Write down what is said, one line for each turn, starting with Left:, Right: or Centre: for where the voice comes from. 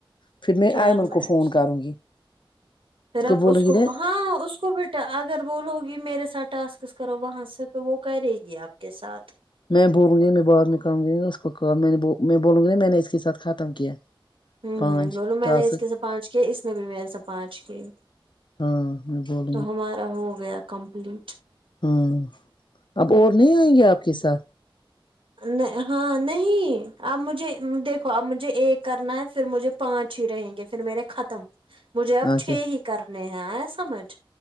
Left: پھر میں
Right: چار
Left: ایئمن
Right: منٹ
Left: کو فون کروں گی
Right: پھر آپ
Left: بولوں
Right: اس
Left: گی
Right: کو
Left: ن
Right: ہاں اس کو بیٹا اگر بولو گی میرے ساتھ ٹاسکس کرو وہاں سے تو وہ کرے گی آپ کے ساتھ
Left: میں بولنے میں بہت نکمی ہو اس کو کال میں نے بول میں بولوں گی میں نے اس کے ساتھ ختم کیا
Right: ہمم
Left: پانچ
Right: ہمم بولو میں
Left: ٹاسک
Right: نے اس کے سے پانچ کیے اس نے بھی میرے سے پانچ کیے
Left: ہاں بول
Right: تو ہمارا ہو گیا کمپلیٹ
Left: ہاں اب اور نہیں آئیں گے آپ کے ساتھ
Right: نہ ہاں نہیں اب مجھے دیکھو اب مجھے ایک کرنا ہے پھر مجھے پانچ ہی رہیں گے پھر میرے ختم مجھے اب
Left: اچھا
Right: چھ ہی کرنے ہیں آیا سمجھ